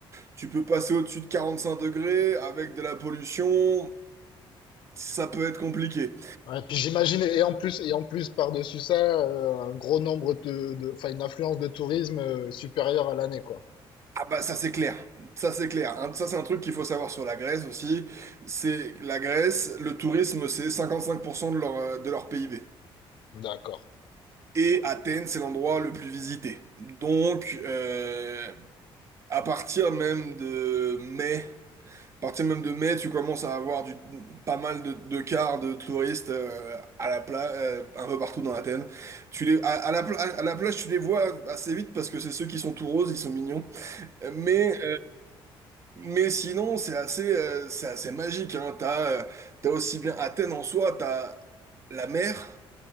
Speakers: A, on the right; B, on the left.
A: tu peux passer au-dessus de 45 degrés avec de la pollution. Ça peut être compliqué.
B: Ouais, puis j'imagine et en plus et en plus par-dessus ça euh, un gros nombre de de- enfin une affluence de tourisme euh, supérieure à l'année quoi.
A: Ah bah ça c'est clair, ça c'est clair. Hein, Ça c'est un truc qu'il faut savoir sur la Grèce aussi. C'est la Grèce, le tourisme c'est 55% de leur, euh, de leur PIB.
B: D'accord.
A: Et Athènes c'est l'endroit le plus visité. Donc euh, à partir même de mai, à partir même de mai, tu commences à avoir du, pas mal de, de cars de touristes euh, à la plage, un peu partout dans Athènes. Tu les, à, à la, pla- à la plage tu les vois assez vite parce que c'est ceux qui sont tout roses, ils sont mignons. Mais Mais sinon, c'est assez, euh, c'est assez magique, hein. T'as, euh, t'as aussi bien Athènes en soi, t'as la mer,